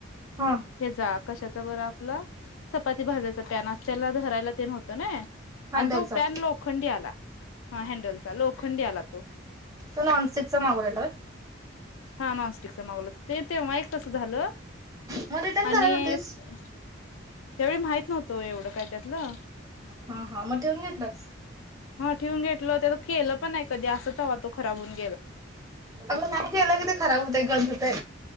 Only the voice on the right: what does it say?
हा
हँडलचा
चला अन सिक चम मागदल
मग रिटर्न
करायला होतीस
हा हा म ठठीऊन जाेतलं
अणकी अलाग ते खराब होत गध होते